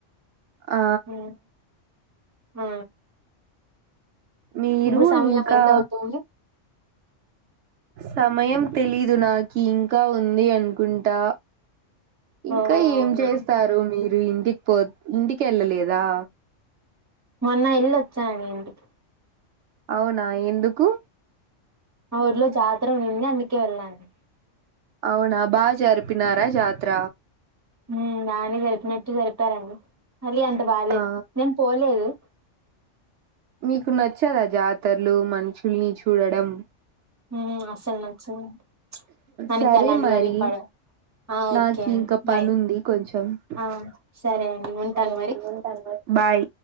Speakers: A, on the right; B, on the right.
A: ఆ
B: హ్మ్. ఆ
A: మీరు
B: ఇప్పుడు సమయం
A: ఇంకా
B: ఎంతవుతుంది?
A: సమయం తెలీదు నాకి ఇంకా ఉంది అనుకుంటా ఇంకా
B: ఓహ్!
A: ఏం
B: అవునా!
A: చేస్తారు మీరు ఇంటికి పో ఇంటికెళ్ళలేదా
B: మొన్న యెల్లి వచ్చాను ఇంటికి
A: అవునా ఎందుకు
B: మా ఊర్లో జాతర ఉండింది అందుకే వెళ్ళాను
A: అవునా బాగా జరిపినారా జాతర
B: ఉమ్ రాని జరిపినట్టు జరిపారండి మళ్ళీ అంత బాలేదు
A: ఆ
B: నేను పోలేదు
A: మీకు నచ్చదా జాతరలు మనుషుల్ని చూడడం
B: ఉమ్ అసలు నచ్చదు మనకి
A: సరే
B: అలాంటివన్నీ
A: మరి
B: పడవ్ ఆ ఓకే
A: నాకు
B: అండి
A: ఇంకా పనుంది
B: బాయ్
A: కొంచెం
B: ఆ సరే
A: ఆ
B: అండి ఉంటాను
A: సరే అండి
B: మరి
A: ఉంటాను మరి బాయ్